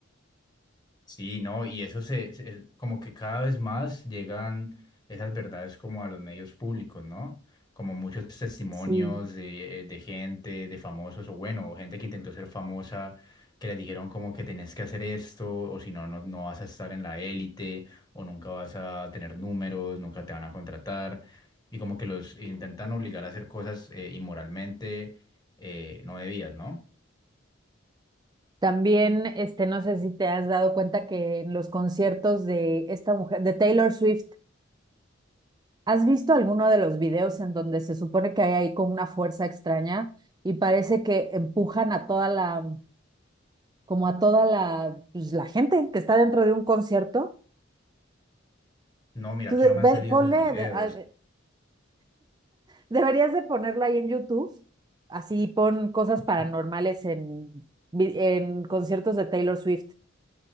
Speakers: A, on the left; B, on the right.
A: Sí, no, y eso se, se- como que cada vez más llegan esas verdades como a los medios públicos, ¿no? Como muchos testimonios
B: Sí.
A: de, de gente, de famosos, o bueno, o gente que intentó ser famosa, que les dijeron como que tenés que hacer esto, o si no, no, no vas a estar en la élite, o nunca vas a tener números, nunca te van a contratar, y como que los intentan obligar a hacer cosas eh, inmoralmente eh, no debidas, ¿no?
B: También, este, no sé si te has dado cuenta que en los conciertos de esta mujer, de Taylor Swift, ¿Has visto alguno de los videos en donde se supone que hay ahí como una fuerza extraña y parece que empujan a toda la, como a toda la, pues, la gente que está dentro de un concierto?
A: No, mira
B: Tú
A: que
B: de-
A: no me
B: ve-
A: han salido
B: ponle,
A: esos videos.
B: de- a- deberías de ponerlo ahí en YouTube, así pon cosas
A: Ok.
B: paranormales en, vi- en conciertos de Taylor Swift.